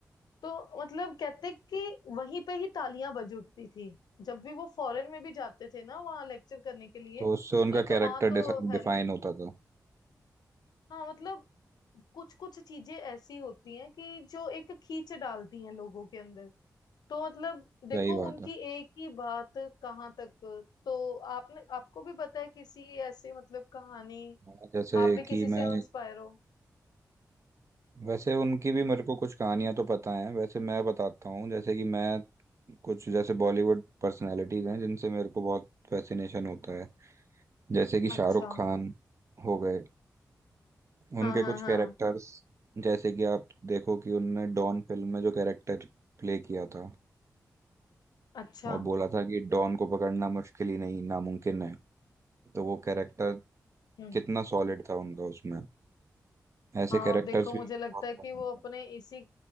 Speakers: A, on the left; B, on the right.
A: तो मतलब कहते कि वहीं पे ही तालियां बज उठती थी जब भी वो फॉरेन में भी जाते थे ना वहाँ लेक्चर करने के लिए
B: तो उससे उनका
A: नहीं
B: कैरेक्टर
A: तो वहां तो हेलो
B: डिफाइन होता था
A: हाँ मतलब कुछ कुछ चीजें ऐसी होती हैं कि जो एक खींच डालती हैं लोगों के अंदर तो मतलब देखो
B: सही बात
A: उनकी
B: है
A: एक ही बात कहाँ तक तो आपने आपको भी पता है किसी ऐसे मतलब कहानी
B: हाँ, जैसे
A: आप भी किसी
B: कि
A: से
B: मैं
A: इंस्पायर हो
B: वैसे उनकी भी मेरे को कुछ कहानियां तो पता हैं वैसे मैं बताता हूँ जैसे कि मैं कुछ जैसे बॉलीवुड पर्सनालिटीज हैं जिनसे मेरे को बहुत फैसिनेशन होता है जैसे कि
A: अच्छा
B: शाहरुख खान हो गए उनके
A: हाँ हाँ
B: कुछ
A: हाँ
B: कैरेक्टर्स जैसे कि आप देखो कि उनने डॉन फिल्म में जो कैरेक्टर प्ले किया था
A: अच्छा
B: और बोला था कि डॉन को पकड़ना मुश्किल ही नहीं नामुमकिन है तो वो कैरेक्टर
A: हम्म
B: कितना सॉलिड था उनका उसमें ऐसे
A: हाँ
B: कैरेक्टर्स
A: और देखो
B: भी
A: मुझे
B: मेरे
A: लगता
B: को बहुत
A: है कि
B: पसंद
A: वो अपने
B: है
A: इसी